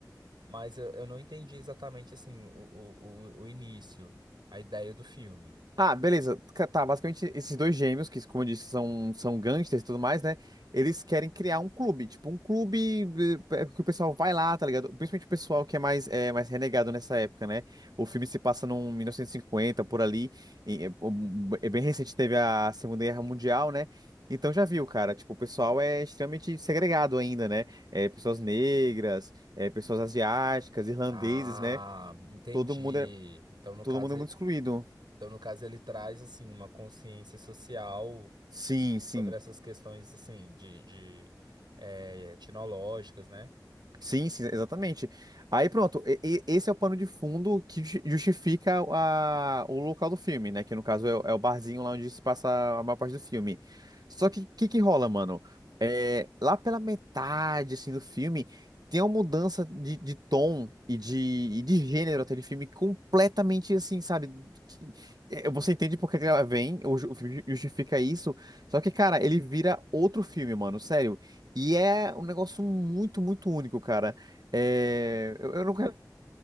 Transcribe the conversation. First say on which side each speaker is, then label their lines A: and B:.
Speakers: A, on the right; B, on the right.
A: Mas eu, eu não entendi exatamente assim o, o, o o início, a ideia do filme.
B: Ah, beleza. Ca- Tá, basicamente esses dois gêmeos, que como eu disse, são, são gangsters e tudo mais, né? Eles querem criar um clube, tipo um clube eh, eh, que o pessoal vai lá, tá ligado? Principalmente o pessoal que é mais, é, mais renegado nessa época, né? O filme se passa num 1950, por ali, e, é um- é bem recente, teve a Segunda Guerra Mundial, né? Então já viu, cara, tipo, o pessoal é extremamente segregado ainda, né? É, pessoas negras, é, pessoas asiáticas, irlandeses,
A: Ah,
B: né?
A: entendi.
B: Todo mundo é,
A: Então, no
B: todo
A: caso,
B: mundo é
A: e-
B: muito excluído.
A: então, no caso, ele traz assim uma consciência social
B: Sim,
A: s-
B: sim.
A: sobre essas questões assim de, de eh, etnológicas, né?
B: Sim, sim, exatamente. Aí pronto, e- e- esse é o pano de fundo que ju- justifica a, o local do filme, né? Que no caso é, o é o barzinho lá onde se passa a maior parte do filme. Só que o que, que rola, mano? É, lá pela metade assim, do filme, tem uma mudança de, de tom e de, e de gênero até de filme completamente assim, sabe? Que- é, você entende por que que ela vem, o, ju- o filme justifica isso. Só que, cara, ele vira outro filme, mano. Sério. E é um negócio muito, muito único, cara. É, Eu, eu não quero